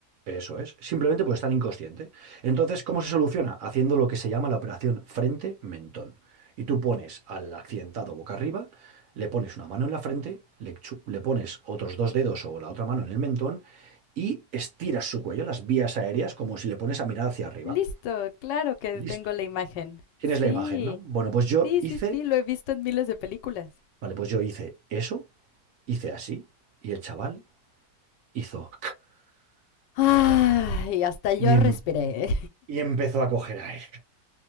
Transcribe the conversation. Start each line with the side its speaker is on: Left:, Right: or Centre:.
Right: eso es, simplemente por estar inconsciente. Entonces, ¿cómo se soluciona? Haciendo lo que se llama la operación frente-mentón. Y tú pones al accidentado boca arriba, le pones una mano en la frente, le, chu- le pones otros dos dedos o la otra mano en el mentón y estiras su cuello, las vías aéreas, como si le pones a mirar hacia arriba.
Left: Listo, claro que
Right: Listo.
Left: tengo la imagen.
Right: Tienes
Left: Sí,
Right: la imagen, ¿no? Bueno, pues yo
Left: sí,
Right: hice,
Left: sí, sí, lo he visto en miles de películas.
Right: vale, pues yo hice eso, hice así, y el chaval hizo...
Left: Ay, hasta yo
Right: Y, em-
Left: respiré.
Right: y empezó a coger aire.